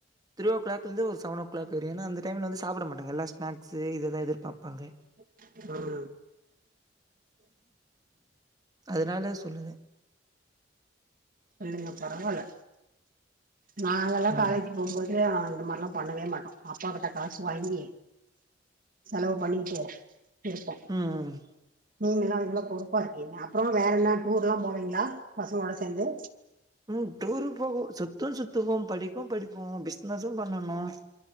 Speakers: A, on the right (about 20°); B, on the right (about 50°).
A: த்ரிஓ கிளாக்லிந்து ஒரு செவன் ஓ கிளாக் வரையு ஏனா அந்த டைம்லந்து சாப்புடமட்டாங்க எல்லா ஸ்நாக்ஸு இத தா எதிர்பாப்பாங்க
B: <unintelligible>
A: அதுனால சொல்லுத
B: இல்லங்க பரவால்ல நாங்கல்லா
A: ம்
B: காலேஜ் போபோது அந்த மார்லா பண்ணவே மாட்டோ அப்பா கிட்ட காசு வாங்கி செலவு பண்ணிட்டே இருப்ப
A: ம் ம்
B: நீங்கலா இவ்ளோ பொறுப்பா இருக்கீங்க அப்ரோ வேறன்ன டூர்லா போவங்ளா பசங்ளோட சேந்து
A: ம் டூரு போகு சுத்து சுத்துவோ படிப்போ படிப்போ பிஸ்னஸு பண்ணனு